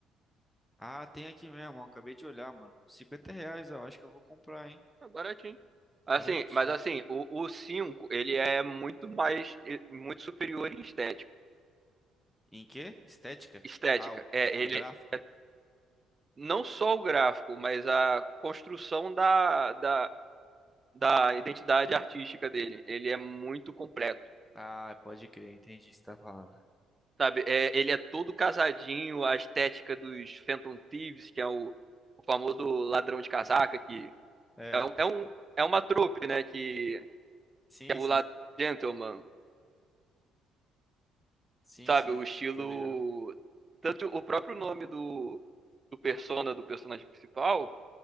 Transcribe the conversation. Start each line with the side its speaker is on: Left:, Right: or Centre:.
Centre: Ah, tem aqui mesmo, ó. acabei de olhar, mano. cinquenta reais, eu acho que eu vou comprar, hein.
Right: É baratinho. Assim,
Centre: Baratinho.
Right: mas assim, o, o 5, ele é muito mais, e- muito superior em estética.
Centre: Em quê? Estética?
Right: Estética.
Centre: Ah, o,
Right: É,
Centre: o-
Right: ele
Centre: o gráfico?
Right: é não só o gráfico, mas a construção da, da, da identidade artística dele. Ele é muito completo.
Centre: Ah, pode crer, entendi o que você tá falando.
Right: Sabe, é, ele é todo casadinho, a estética dos Phantom Thieves, que é o, o famoso ladrão de casaca, que
Centre: É,
Right: é, um, é, um, é uma trope, né? Que, que
Centre: sim,
Right: é o
Centre: sim.
Right: ladrão gentleman,
Centre: Sim,
Right: sabe?
Centre: sim, eu
Right: O
Centre: tô
Right: estilo.
Centre: tô ligado.
Right: Tanto o próprio nome do, do persona, do personagem principal,